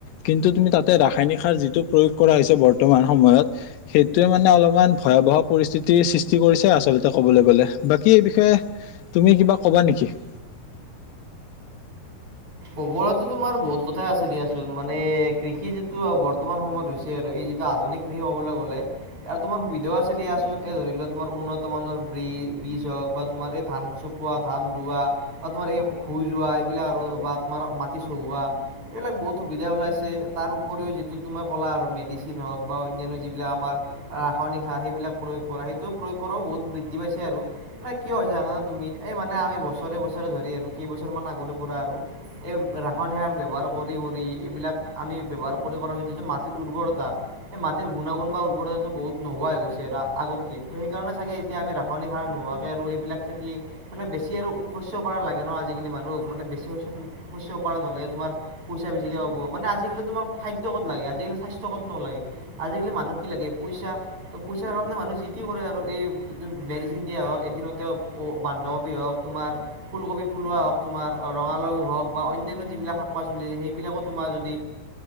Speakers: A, on the left (about 85°); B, on the right (about 45°).
A: কিন্তু তুমি তাতে ৰাসায়নিক যিটো প্ৰয়োগ কৰা হৈছে বৰ্তমান সময়ত সেইটোয়ে মানে অলপমান ভয়াবহ পৰিস্থিতিৰ সৃষ্ট কৰিছে। আচলতে কবলৈ গলে বাকী এই বিষয়ে তুমি কিবা কবা নেকি? <inaudible>
B: কবো তোমাৰ বহুত কথাই আছে দিয়াচোন মানে কৃষি যিটো বৰ্তমান সময়ত হৈছে আৰু এই যিটো আধুনিক কৃষি হবলৈ গলে আৰু তোমাৰ সুবিধাও আছে দিয়াচোন এই ধৰি লোৱা তোমাৰ উন্নত মানৰ ব্ৰি বীজ হওক বা তোমাৰ এই ধান চপোৱা ধান ৰোৱা বা তোমাৰ এই ভুই ৰোৱা এইবিলাক আৰু বা তোমাৰ মাটি চহোৱা এইবিলাক বহুত সুবিধা ওলাইছে তাৰ উপৰিও যিটো তোমাৰ ক'লা আৰু মেডিচিন হওক বা অন্যান্য যিবিলাক আমাৰ ৰাসায়নিক সাৰ সেইবিলাক প্ৰয়োগ কৰা সেইটো প্ৰয়োগ কৰাও বহুত বৃদ্ধি পাইছে আৰু নে কিয় হয় জানানো তুমি এই মানে আমি বছৰে বছৰে ধৰি আৰু কেইবছৰ মান আগৰে পৰা আৰু এই ৰাসায়নিক সাৰ ব্যৱহাৰ কৰি কৰি এইবিলাক আমি ব্যৱহাৰ কৰি কৰা যিটো মাটিৰ উৰ্বৰতা এই মাটিৰ গুণাগুণ বা উৰ্বৰতা বহুত নোহোৱা হৈ গৈছে আগতকে সেই কাৰণে চাগে এতিয়া আমি ৰাসায়নিক সাৰ নোহোৱাকৈ আৰু এইবিলাক খেতি মানে বেছি আৰু শস্য পৰা নালাগে ন আজিকালি মানুহক মানে বেছি শস্য শস্য উপাৰ্জন হলে তোমাৰ পইচা বেছিকে হব মানে আজিকালি তোমাৰ খাদ্য কত লাগে আজিকালি স্বাস্থ্য কত নলাগে। আজিকালি মানুহ কি লাগে পইচা ত পইচাৰ কাৰণে মানুহ যি টি কৰে আৰু এই মেডিচিন দিয়া হওক এদিনতে বান্ধাকবি হওক তোমাৰ ফুলকবি ফুলুৱা হওক তোমাৰ ৰঙালাও হওক বা অন্যান্য যিবিলাক শাক পাচলি সেইবিলাকো তোমাৰ যদি